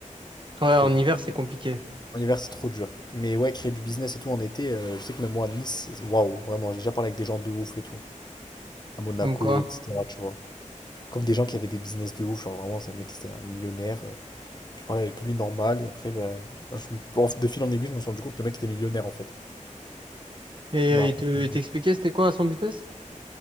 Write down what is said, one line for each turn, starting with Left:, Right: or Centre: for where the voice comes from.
Right: Ouais,
Left: je trouve.
Right: en hiver, c'est compliqué.
Left: En hiver, c'est trop dur. Mais ouais, créer du business et tout en été, euh, je sais que même moi à Nice, c'est- waouh, vraiment, j'ai déjà parlé avec des gens de ouf et tout. À Monaco,
Right: Comme quoi.
Left: etc., tu vois. Comme des gens qui avaient des business de ouf, genre vraiment, ce mec, c'était un millionnaire. euh, Je parlais avec lui normal, et après, bah, je me- en- de fil en aiguille, je me suis rendu compte que le mec était millionnaire en fait.
Right: Et
Left: Il
Right: euh,
Left: m'a raconté.
Right: il te, il t'expliquait, c'était quoi son business?